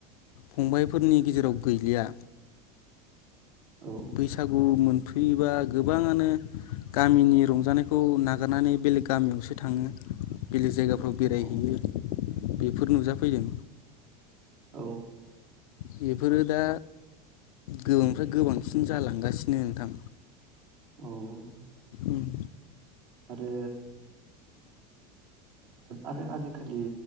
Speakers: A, on the left (about 80°); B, on the right (about 70°).
A: फंबायाइफोरनि गेजेराव गैलिया।
B: औ
A: बैसागु मोन फैयोबा गोबाङानो गामिनि रंजानायखौ नागारनानै बेलेग गामियावसो थाङो। बेलेग जायगाफ्राव बेरायहैयो।
B: औ
A: बेफोर नुजाफैदों
B: औ
A: बेफोरो दा गोबांनिफ्राय गोबांसिन जालांगासिनो नोंथां
B: औ
A: उम
B: आरो आरो आजिखालि